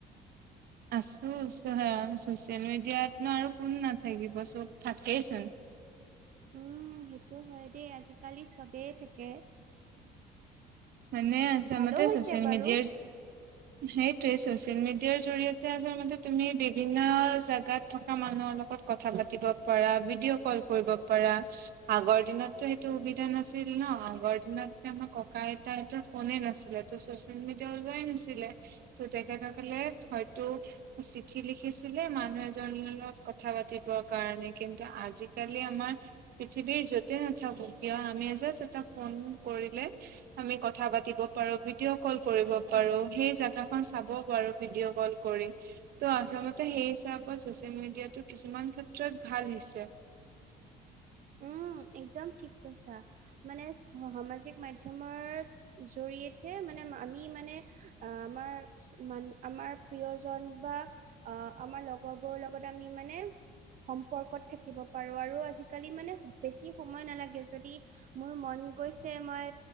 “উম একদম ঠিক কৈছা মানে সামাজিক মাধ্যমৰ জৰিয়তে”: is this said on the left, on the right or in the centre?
Right